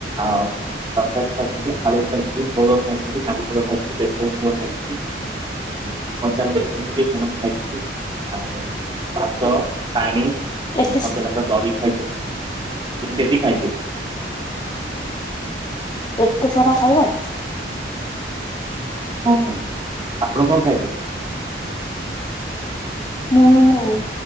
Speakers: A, on the right; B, on the left.
A: ଆଉ ତରକାରୀ ଖାଇଛନ୍ତି ଆଳୁ ଖାଇଛନ୍ତି ଘୋଳ ଖାଇଛନ୍ତିାଙ୍ଗେଳ ଖାଇଛନ୍ତି ବେସେ ଖାଇଛନ୍ତି। ଆଉ କଞ୍ଚାଲ କରି ଖାଇଥିଲି ଗୁଣ ଖାଇଥିଲି ଆଉ ଭାତ ପାଣି
B: ଏତେ
A: ସମ ନର ଦାର ଖାଇଥିଲ କେ ବି ଖାଇଥିଲେ।
B: ଏତେ ସାରା ଖାଇବା।
A: ହ ଆପଣ କଣ ଖାଇଥିଲେ?
B: ମୁଁ